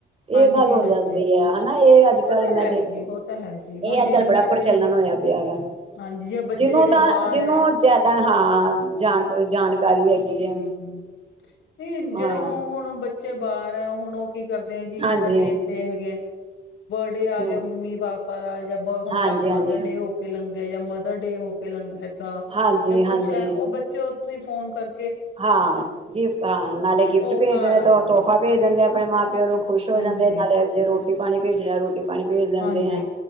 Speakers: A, on the left (about 75°); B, on the right (about 30°).
A: ਹਾਂਜੀ
B: ਏ ਗੱਲ ਹੋ
A: ਹਾਂਜੀ
B: ਜਾਂਦੀ ਐ ਹਨਾ ਏ ਅੱਜ-ਕੱਲ
A: ਉਹ ਤਾਂ
B: ਮੈਂ
A: ਹੈ
B: ਦੇਖ,
A: ਜੀ ਉਹ ਤਾਂ ਹੈ ਜੀ ਹੁਣ
B: ਏ ਅੱਜ-ਕੱਲ੍ਹ
A: ਜਿਵੇਂ
B: ਬੜਾ
A: ਸਾਡੇ
B: ਪ੍ਰਚੱਲਨ ਹੋਇਆ ਪਿਆ ਵਾ,
A: ਹਾਂਜੀ ਜੇ ਬੱਚੇ
B: ਜਿਨੂੰ
A: ਜਿਹੜੇ
B: ਤਾਂ
A: ਬਾਹਰ
B: ਜਿਨੂੰ
A: ਹੈ
B: ਜਾਦਾ ਹਾਂ ਜਾ ਜਾਨਕਾਰੀ ਹੈਗੀ
A: ਹੂੰ,
B: ਹੈ
A: ਨਈ ਜੇੜੇ
B: ਹਾਂ
A: ਓ ਹੁਨ ਬੱਚੇ ਬਾਰ ਐ ਹੁਨ ਓ ਕੀ ਕਰਦੇ ਆ ਜੀ
B: ਹਾਂਜੀ
A: ਸਾਡੇ ਏਥੇ ਹੈਗੇ ਆ ਬਰਡੇ ਆ
B: ਹਮ
A: ਗੇਆ ਮੰਮੀ ਪਾਪਾ ਦਾ ਜਾਂ ਬ ਹੁਨਕੱਲ
B: ਹਾਂਜੀ-ਹਾਂਜੀ,
A: ਫਾਦਰ ਡੇ ਹੋ ਕੇ ਲੰਗੇਆ ਜਾਂ ਮਦਰ ਡੇ ਹੋ ਕੇ ਲੰਗ ਹੈਗਾ
B: ਹਾਂਜੀ-ਹਾਂਜੀ।
A: ਜਾਂ ਕੁੱਛ ਐ ਓ ਬੱਚੇ ਓਥੋਂ ਈ ਫੋਨ ਕਰ
B: ਹਾਂ ਗਿਫ ਹਾਂ ਨਾਲੇ ਗਿਫਟ
A: ਉਹ
B: ਭੇਜਦੇ
A: ਘਰ
B: ਨੇ
A: ਆ
B: ਤੇ
A: ਜਾਂਦੇ
B: ਤੋ ਤੋਫ਼ਾ
A: ਆ
B: ਭੇਜ ਦਿੰਦੇ ਆ ਆਪਨੇ ਮਾਂ-ਪਿਓ ਨੂੰ ਖੁਸ਼ ਹੋ
A: ਹਾਂਜੀ
B: ਜਾਂਦੇ ਐ ਨਾਲੇ ਜੇ ਰੋਟੀ ਪਾਨੀ ਭੇਜਨਾ ਰੋਟੀ ਪਾਨੀ ਭੇਜ ਦਿੰਦੇ
A: ਹਾਂਜੀ
B: ਐ।